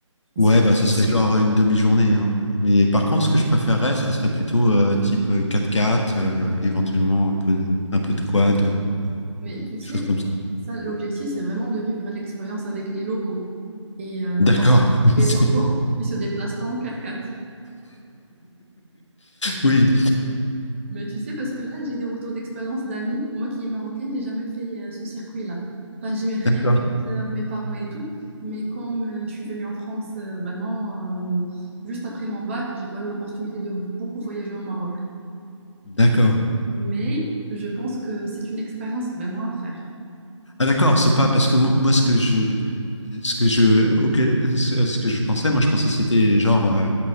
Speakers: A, on the right (about 25°); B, on the left (about 65°).
A: C'est-
B: Ouais, bah, ça serait genre une demi-journée, hein. Mais par contre, ce que je préférerais, ça serait plutôt euh, type 4 quatre 4 euh, éventuellement un peu de, un peu de quad, euh,
A: Mais tu sais,
B: des choses comme ça.
A: ça, l'objectif, c'est vraiment de vivre l'expérience avec les locaux. Et euh,
B: D'accord.
A: les
B: <laughs> C'est-
A: locaux, ils se déplacent pas en quatre-quatre.
B: <laughs> Oui,
A: Mais tu sais, parce que là, j'ai des retours d'expérience d'amis. Moi qui est marocaine, j'ai jamais fait euh, ce circuit-là. Enfin, j'ai mes frères,
B: d'accord,
A: mes sœurs, mes parents et tout. Mais comme euh, je suis venue en France euh, vraiment euh, juste après mon bac, j'ai pas eu l'opportunité de beaucoup voyager au Maroc.
B: d'accord.
A: Mais je pense que c'est une expérience vraiment à faire.
B: Ah, d'accord, c'est pas parce que mo- moi, ce que je, ce que je, auquel- ce ce que je pensais, moi, je pensais que c'était genre euh,